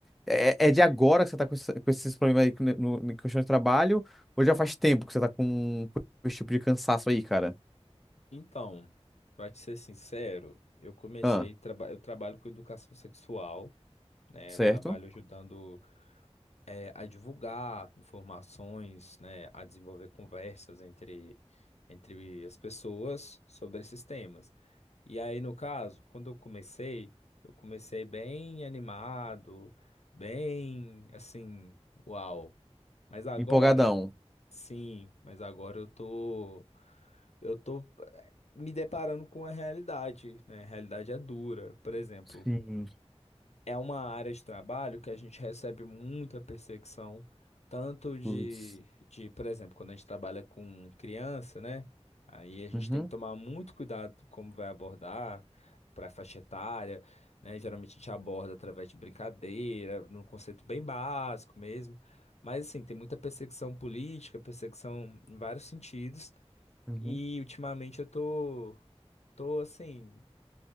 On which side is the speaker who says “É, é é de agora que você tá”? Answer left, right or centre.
Centre